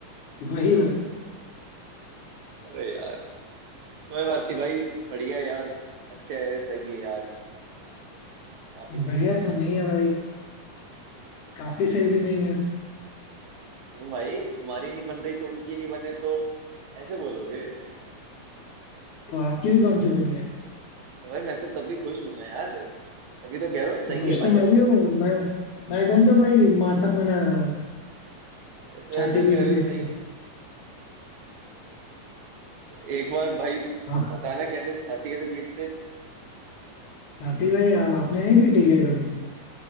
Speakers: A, on the left (about 70°); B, on the right (about 65°).
A: वही
B: <laughs>
A: भाई
B: अरे यार कोई बात नहीं भाई बढ़िया यार अच्छा है सही है यार काफी सही
A: बढ़िया
B: ना
A: तो नहीं है भाई काफी सही भी
B: क्यों
A: नहीं
B: भाई
A: है
B: क्यों भाई तुम्हारी नहीं बन रही तो उनकी नहीं बने तो ऐसे बोलोगे
A: तो आपकी भी कौन सी बनी है
B: तो भाई मैं तो तब भी खुश हूं ना यार तभी तो कह रहा हूँ
A: तो
B: सही
A: खुश
B: है
A: तो
B: भाई
A: मैं
B: अच्छा
A: भी हूँ मैं मैं कौन सा भाई मातम मना रहा हूँ
B: है तो
A: छाती
B: ऐसे भी
A: पीट
B: कह रहे
A: पीट
B: हो सही
A: के
B: है तो एक बार भाई
A: हाँ
B: बताना कैसे छाती कैसे पीटते
A: छाती भाई आ- आपने नहीं पीटी क्या कभी